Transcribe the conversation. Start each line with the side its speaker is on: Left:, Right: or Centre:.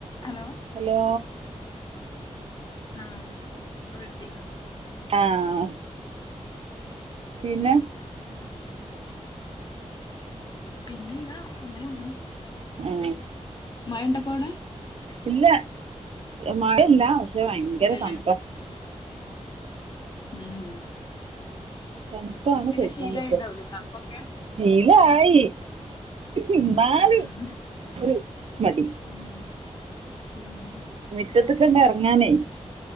Left: Hello
Right: hello
Left: ആഹ ഇപ്പൊ കിട്ടി
Right: ആഹ പിന്നെ
Left: ആഹ പിന്നെ എന്താ അങ്ങനെ പോണ്
Right: ആ
Left: മഴണ്ടപ്പോ അവിടെ
Right: ഇല്ല മഴയില്ല പക്ഷെ ഭയങ്കര
Left: ഇല്ലല്ലേ
Right: തണപ്പാ
Left: ഉം
Right: തണുപ്പാണ്
Left: ഇങ്ങക്ക് പിന്നെ
Right: സഹിക്കാൻ
Left: ശീല
Right: പറ്റാത്ത
Left: ആയിണ്ടാവുലെ തണപ്പൊക്കെ
Right: ശീലായി ഇന്നാലും
Left: ഉം
Right: ഒരു മടി
Left: ഉം ഉം
Right: മുറ്റത്ത്ക്കണ്ട് എറങ്ങാനേ